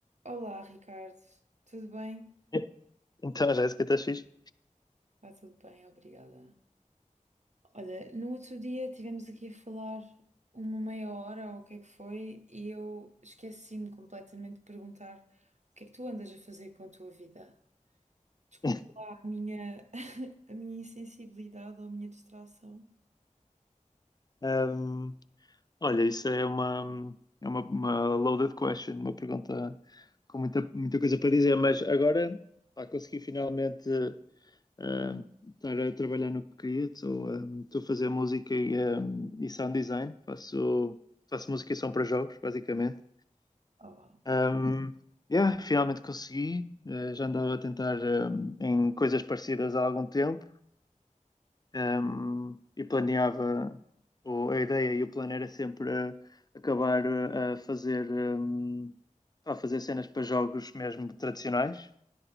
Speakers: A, on the right (about 60°); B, on the left (about 30°).
A: Olá, Ricardo. Tudo bem?
B: <laughs> Então a Jéssica está fixe.
A: Está tudo bem, obrigada. Olha, no outro dia tivemos aqui a falar uma meia hora ou o que é que foi e eu esqueci-me completamente de perguntar o que é que tu andas a fazer com a tua vida. Desculpa
B: <laughs>
A: lá a minha, <laughs> a minha insensibilidade ou a minha distração.
B: Um, olha, isso é uma, é uma, uma loaded question, uma pergunta com muita, muita coisa para dizer, mas agora pá, consegui finalmente um, estar a trabalhar no que queria. Estou um, estou a fazer música e, um, e sound design, faço, faço música e som para jogos, basicamente.
A: Oh, uau.
B: Um, yeah, finalmente consegui. Eh, já andava a tentar um, em coisas parecidas há algum tempo. Um, e planeava, ou a ideia e o plano era sempre uh, acabar uh, a fazer, um, a fazer cenas para jogos mesmo tradicionais,